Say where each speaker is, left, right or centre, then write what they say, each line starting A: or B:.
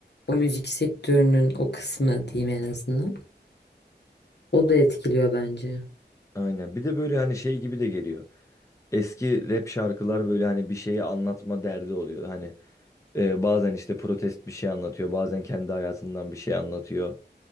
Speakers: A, on the left; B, on the left.
A: o müzik sektörünün o kısmı diyeyim en azından. O da etkiliyor bence.
B: Aynen. Bir de böyle hani şey gibi de geliyor. eski rap şarkılar böyle hani bir şeyi anlatma derdi oluyor. Hani e, bazen işte protest bir şey anlatıyor, bazen kendi hayatından bir şey anlatıyor.